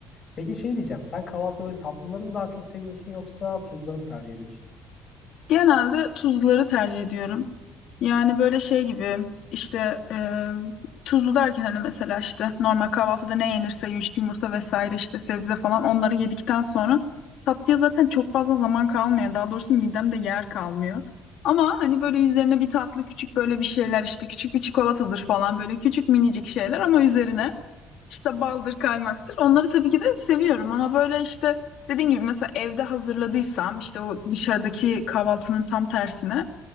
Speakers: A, on the left (about 30°); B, on the left (about 65°).
A: Peki şey diyeceğim. Sen kahvaltıda böyle tatlıları mı daha çok seviyorsun yoksa tuzları mı tercih ediyorsun?
B: Genelde tuzluları tercih ediyorum. Yani böyle şey gibi işte e, tuzlu derken hani mesela işte normal kahvaltıda ne yenirse yumuşak yumurta vesaire işte sebze falan onları yedikten sonra tatlıya zaten çok fazla zaman kalmıyor. Daha doğrusu midemde yer kalmıyor. Ama hani böyle üzerine bir tatlı küçük böyle bir şeyler işte küçük bir çikolatadır falan böyle küçük minicik şeyler ama üzerine işte baldır kaymaktır. Onları tabii ki de seviyorum ama böyle işte dediğim gibi mesela evde hazırladıysam işte o dışarıdaki kahvaltının tam tersine